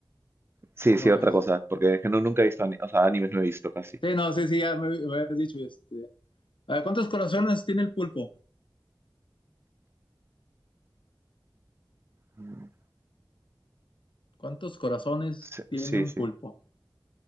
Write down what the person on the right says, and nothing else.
Sí,
sí, otra
cosa, porque es que no, nunca he visto, ani- o sea, animes no he visto casi.
Mm,
Sí,
sí.
sí.